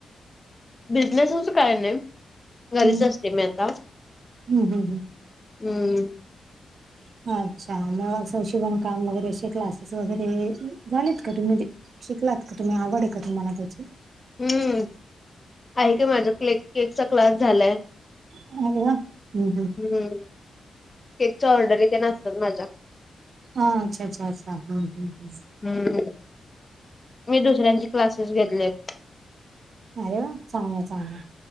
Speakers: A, on the left (about 20°); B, on the right (about 60°).
A: बिझनेस आस काय नाही. घरीच
B: हम्म.
A: असते मी आता
B: हम्म, हम्म, हम्म.
A: हम्म.
B: <unintelligible> अच्छा म आस शीवण काम वगैरे असे क्लासेस वगैरे झालेत का तु म्हणजे? शिकलात का तुम्ही आवड आहे का तुम्हाला त्याची?
A: हम्म आहे की माझं केक केकचा क्लास झालाय
B: अरे वा! हम्म,
A: हम्म. केक चा ऑर्डरी तेन आसतात माझ्या.
B: अ अच्छा अच्छ अच्छा हा् ह् ह.
A: हम्म मी दुसऱ्यांचे क्लासेस घेतलेत.
B: अरे वा चांगल हाय चांगल हाय